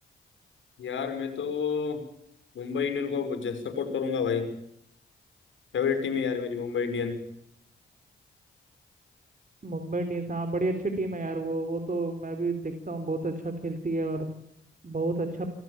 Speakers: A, on the left; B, on the right.
A: यार मैं तो मुंबई इंडियन को सपोर्ट करूंगा भाई फेवरेट टीम है यार मेरी मुंबई इंडियन
B: मुंबई इंडियंस हाँ बड़ी अच्छी टीम है यार वो वो तो मैं भी देखता हूँ बहुत अच्छा खेलती है और बहुत अच्छा